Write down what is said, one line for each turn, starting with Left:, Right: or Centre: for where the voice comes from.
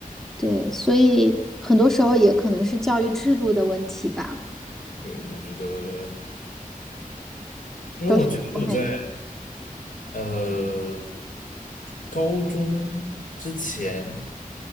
Centre: 对，所以很多时候也可能是教育制度的问题吧，
Left: 对，我觉得，因为我觉得我在。
Centre: 都是我感觉，
Left: 呃，高中之前，